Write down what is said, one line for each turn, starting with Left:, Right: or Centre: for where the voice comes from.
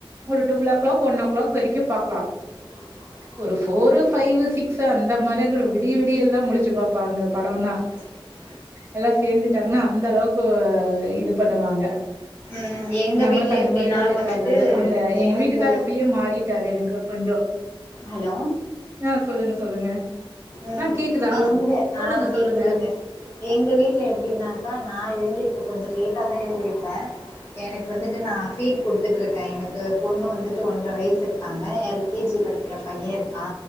Right: ஒரு twelve o'clock one o'clock வரைக்கும் பாக்கலா
Left: <inaudible>
Right: ஒரு ஃபோரு ஃபைவு சிக்ஸ்சு அந்த மாரி கூட விடிய விடியல்லா முழிச்சு பாப்பாங்க படம்னா
Left: <inaudible>
Right: எல்லா சேந்துட்டாங்ன்னா அந்த அளவுக்கு இது பண்ணுவாங்க
Left: ம் எங்க
Right: நம்மளுக்கு
Left: வீட்ல
Right: அந்த
Left: எப்டின்னா
Right: மாரிலா செட்
Left: வந்துட்டு
Right: ஆகாது அந்த எங்க
Left: எனக்கு
Right: வீட்டுக்கார அப்டியே மாறிட் டாரு எனக்கு கொஞ்சோ
Left: ஹலோ
Right: ஆ சொல்லுங்க சொல்லுங்க
Left: ம்
Right: ஆ கேக்குதா?
Left: எங்க
Right: சொல்லுங்க,
Left: ஆ கேக்குதுங்க
Right: சொல்லுங்க.
Left: எங்க வீட்ல எப்டின்னாக்கா நா எழுந்திரிக்க கொஞ்ச லேட் டாதா எழுந்திருப்பே எனக்கு வந்துட்டு நா ஃபீட் குடுத்துட்டுருக்கேன் எனக்கு பொண்ணு வந்துட்டு ஒன்ற வயசு இருக்காங்க எல் கே ஜி படிக்கிற பைய இருக்கா